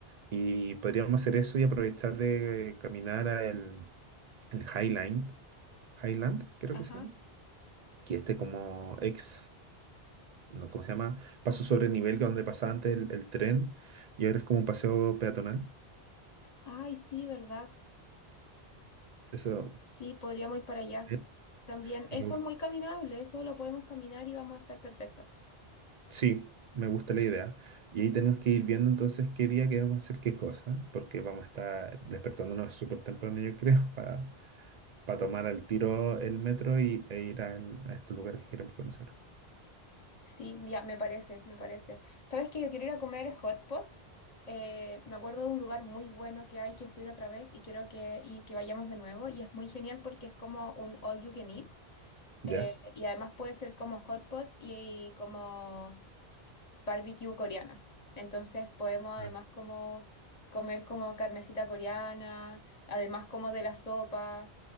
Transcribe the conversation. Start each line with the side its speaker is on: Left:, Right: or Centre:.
Right: Y podríamos hacer eso y aprovechar de caminar a el, el Highland, Highland creo
Left: Ajá.
Right: que se llama, que este como ex, no, ¿cómo se llama? Paso sobre nivel que donde pasaba antes el, el tren y ahora es como un paseo peatonal.
Left: Ay, sí, ¿verdad?
Right: Eso,
Left: Sí, podríamos ir para allá.
Right: ¿eh?
Left: También,
Right: Y
Left: eso
Right: me
Left: es muy caminable, eso lo podemos caminar y vamos a estar perfectos.
Right: Sí, me gusta la idea. Y ahí tenemos que ir viendo entonces qué día queremos hacer qué cosa, porque vamos a estar despertándonos súper temprano, yo creo, <laughs> para tomar al tiro el metro y, e ir al- a estos lugares que queremos conocer.
Left: Sí, ya, me parece, me parece. ¿Sabes que Yo quiero ir a comer hot pot. Eh, me acuerdo de un lugar muy bueno que hay que fui la otra vez y quiero que, y que vayamos de nuevo. Y es muy genial porque es como un all you can eat.
Right: ¿Ya?
Left: eh, y además puede ser como hot pot y, y como barbecue coreana. Entonces podemos además
Right: Ah,
Left: como comer como carnecita coreana, además como de la sopa.